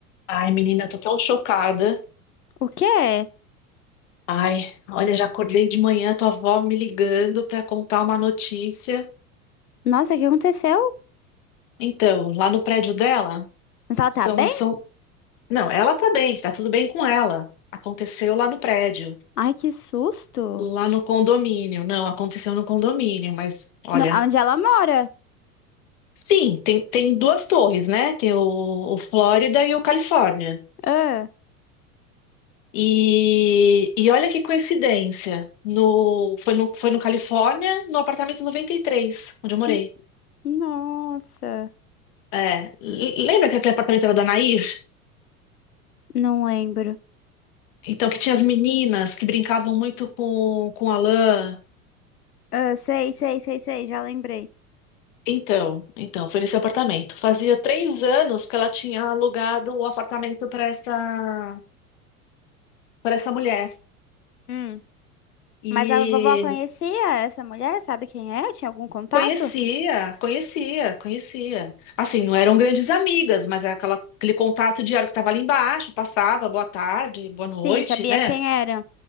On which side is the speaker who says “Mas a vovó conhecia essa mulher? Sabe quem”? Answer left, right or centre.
Left